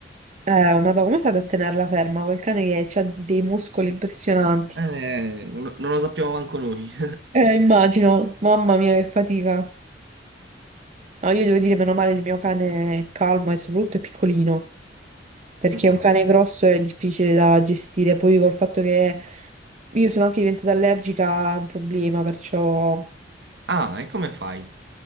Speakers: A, on the right; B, on the right.
A: Madonna, come fate a tenerla ferma? Quel cane che ha dei muscoli impressionanti.
B: Eh, non, non lo sappiamo manco noi. <laughs>
A: Eh, immagino, mamma mia, che fatica. No, io devo dire, meno male, il mio cane è calmo e soprattutto è piccolino, perché
B: Mm-mm.
A: un cane grosso è difficile da gestire. Poi col fatto che io sono anche diventata allergica è un problema, perciò
B: Ah, e come fai?